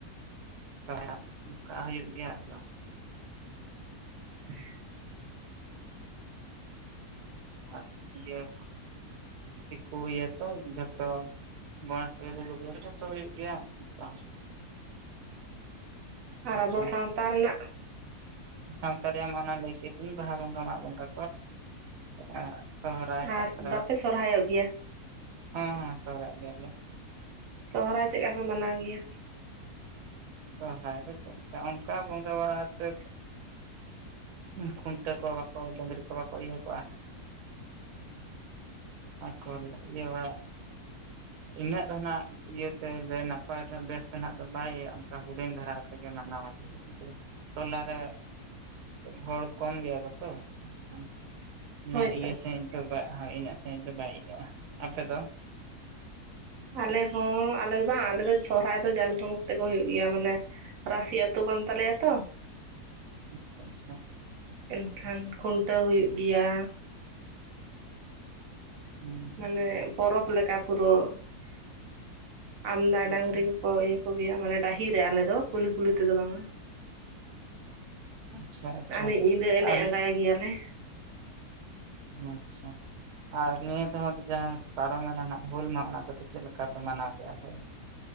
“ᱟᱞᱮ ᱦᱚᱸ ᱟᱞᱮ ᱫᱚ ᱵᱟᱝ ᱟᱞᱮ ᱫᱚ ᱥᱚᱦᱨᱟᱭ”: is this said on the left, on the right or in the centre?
Right